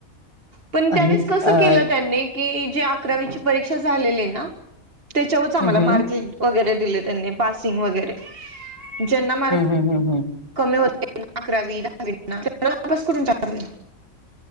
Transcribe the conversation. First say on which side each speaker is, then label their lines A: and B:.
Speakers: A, on the right; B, on the left.
A: पण
B: आणि
A: त्यावेळेस कसं
B: अ
A: केलं त्यांनी की जे अकरावीची परीक्षा झालेली ना त्याच्यावरच आम्हाला
B: हम्म हम्म
A: मार्क लि वगैरे दिले त्यांनी पासिंग वगैरे ज्यांना मार्क
B: हम्म हम्म हम्म हम्म
A: कमी होते अकरावी दहावी पास करून टाकले